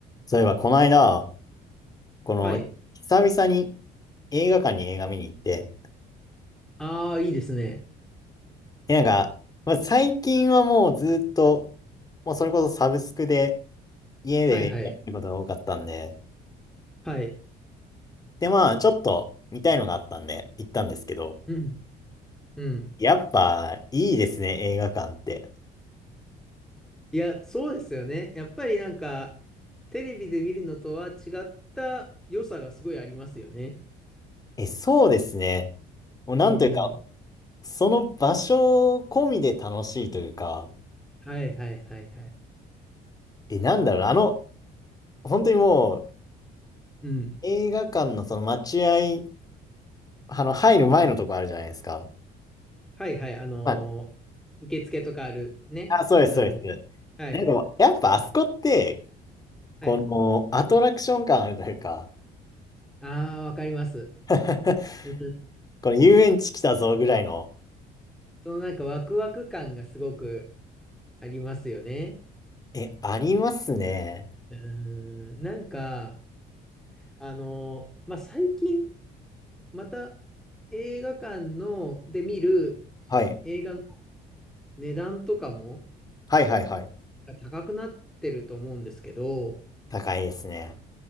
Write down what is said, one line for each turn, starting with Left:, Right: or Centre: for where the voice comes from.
Left: そういえば、この間、この、
Centre: はい。
Left: 久々に映画館に映画見に行って、
Centre: ああ、いいですね。
Left: でなんか、まあ、最近はもうずっと、もうそれこそサブスクで、家で映画見ることが多かったんで、
Centre: はいはい。はい。
Left: で、まあ、ちょっと見たいのがあったんで、行ったんですけど、
Centre: うん。うん。
Left: やっぱ、いいですね、映画館って。
Centre: いや、そうですよね。やっぱりなんか、テレビで見るのとは違った良さがすごいありますよね。
Left: え、そうですね。もう、なんというか、
Centre: うん。
Left: その場所込みで楽しいというか、
Centre: はいはいはいはい。
Left: え、なんだろうな、あの、本当にもう、
Centre: うん。
Left: 映画館のその待合あの、入る前のとこあるじゃないですか。
Centre: はいはい。あのー受付とかあるね。
Left: まあ、あ、そうです、
Centre: うん。
Left: そうで
Centre: はい。
Left: す。なんか、やっぱあそこって、このアトラクション感あるというか、
Centre: はい。ああ、わかります。
Left: <laughs>
Centre: うん
Left: この遊園地来たぞぐらいの、
Centre: そのなんかワクワク感がすごくありますよね。
Left: え、ありますね。
Centre: うん。なんか、あのーまあ、最近、また映画館ので見る
Left: はい。
Centre: 映画の値段とかも
Left: はいはいはい。
Centre: 高くなってると思うんですけど、
Left: 高いですね。